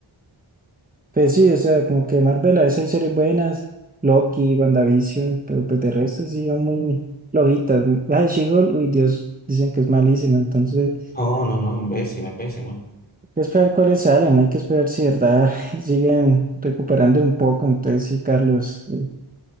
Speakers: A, on the right (about 15°); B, on the left (about 20°).
A: Pues sí, o sea, como que Marvel a veces hay series buenas, Loki, WandaVision, pero pues de resto sí son muy flojitas. La de She-Hulk, uy Dios, dicen que es malísima, entonces
B: No, no, no, pésima, pésima.
A: hay que esperar cuáles salen, hay que esperar si de verdad <laughs> siguen recuperando un poco. Entonces sí, Carlos, eh,